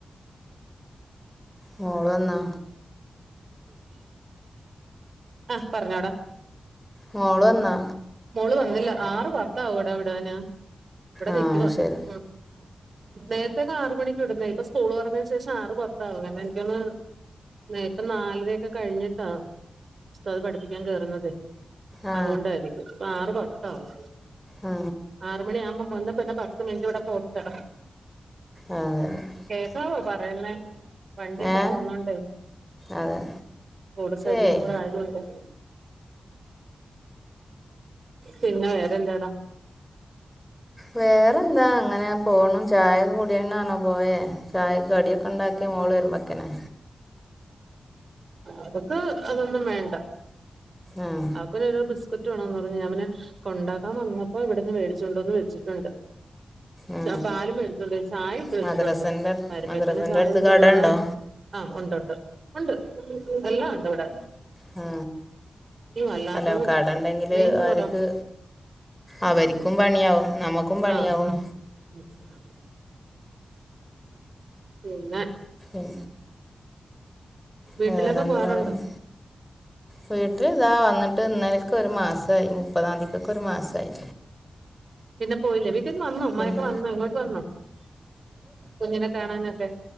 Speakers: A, in the centre; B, on the right.
A: മോള് വന്നാ?
B: ആഹ് പറഞ്ഞോടാ.
A: മോള് വന്നാ?
B: മോള് വന്നില്ല. ആറ് പത്ത് ആവൂടാ വിടാന് ഇവിടെ
A: ആ
B: നിക്കുവാ
A: ശരി
B: ഉം നേരത്തെക്കെ ആറമണിക്ക് വിടുന്നേ ഇപ്പൊ സ്കൂൾ തൊറന്നെന് ശേഷം ഇപ്പൊ ആറെ പത്താവും കാരണം എനിക്കൊന്നണെ. മേ ഇപ്പം നാലരയൊക്കെ കഴിഞ്ഞിട്ടാ ഉസ്താദ് പഠിപ്പിക്കാൻ കേറുന്നതേ
A: ആ
B: അതുകൊണ്ടായിരിക്കും പ്പൊ ആറ് പത്താവും
A: ആ
B: ആറ് മണിയാവുമ്പോ വന്ന് പിന്നെ പ ത്ത് മിനിറ്റിവിടെ പോസ്റ്റാ
A: ആഹ് അതെ തെ
B: കേസാവോ പറയുന്നേ വണ്ടിയൊക്കെ
A: ഏ
B: പോന്നോണ്ട്
A: അതെ
B: റോഡ്സൈഡിലും
A: ഏയ്
B: കൂടെ ആയതൊണ്ട്. <inaudible> പിന്നെ വേറെന്താടാ?
A: വേറെന്താ അങ്ങനെ പോണ് ചായ കുടിയന്നാണോ പോയേ ചായക്ക് കടിയൊക്കെ ഇണ്ടാക്ക്യോ മോൾ വരുമ്പോത്തിന്.
B: അവക്ക് അതൊന്നും വേണ്ട.
A: ആഹ്.
B: അവക്കൊന്നൊരു ബിസ്ക്കറ്റ് വേണംന്ന് പറഞ്ഞ് ഞാൻപിന്നെ കൊണ്ടാക്കാൻ വന്നപ്പോ ഇവിടന്ന് മേടിച്ചൊണ്ട് വന്ന് വെച്ചിട്ടുണ്ട്.
A: ആ
B: ചാ പാലും എടുത്തിണ്ട് ചായെം ഇട്ട് വെച്ചിട്ടുണ്ട്
A: മദ്രസൻ്റെ
B: വരുമ്പോത്തന്നെ
A: മദ്രസൻ്റെ
B: ചായ
A: അടുത്ത് കട
B: ചെറുതാ.
A: ഉണ്ടോ
B: ആഹ് ഒണ്ടൊണ്ട് ഒണ്ട് എല്ലാം ഒണ്ടിവിടെ
A: മ്ഹ്
B: അല്ലാത്തതും
A: അല്ല കട ഇണ്ടെങ്കില്
B: മെയിൻ
A: അവര്ക്ക്.
B: റോഡാ
A: അവര്ക്കും പണിയാവും നമ്മക്കും പണിയാവും.
B: ആ ഉം <unintelligible> പിന്നെ
A: ഉം
B: വീട്ടിലൊക്കെ
A: വേറെന്ത്‌പറയ്ണ്.
B: പോവാറുണ്ട്
A: വീട്ടിൽ ഇതാ വന്നിട്ട് ഇന്നലക്കൊരു മാസായി മുപ്പതാതിക്ക്കൊരു മാസായി.
B: പിന്നെ പോയില്ലേ വീട്ടിന്ന് വന്നോ ഉമ്മായൊക്കെ
A: പിന്നെ
B: വന്നോ ഇങ്ങോട്ട് വന്നോ കുഞ്ഞിനെ കാണാനൊക്കെ